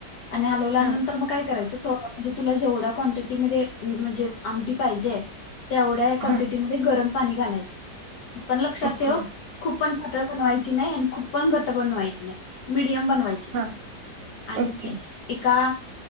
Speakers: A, on the left; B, on the right.
A: आणि हलवल्यानंतर
B: हा
A: मग काय करायचं थोडं म्हणजे तुला जेवढ्या क्वांटिटी मध्ये म्हणजे. आमटी पाहिजे तेवढ्या क्वांटिटी
B: हा
A: मध्ये गरम पाणी घालायच. पण लक्षात
B: ओके
A: ठेव खूप पण पातळ. बनवायची नाही आणि खूप पण घट्ट बनवायची नाही मिडीयम बनवा. बनवायची
B: हा
A: आणि
B: ओके
A: एका